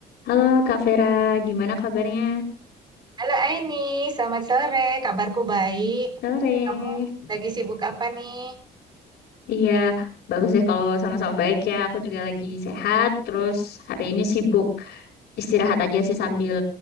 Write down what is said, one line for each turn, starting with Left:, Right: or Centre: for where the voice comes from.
Left: Halo Kak Vera, gimana kabarnya?
Right: Halo Aini, selamat sore. Kabarku baik.
Left: Sore.
Right: Kamu lagi sibuk apa nih?
Left: Iya, bagus deh kalau sama-sama baik ya. Aku juga lagi sehat, terus hari ini sibuk istirahat aja sih sambil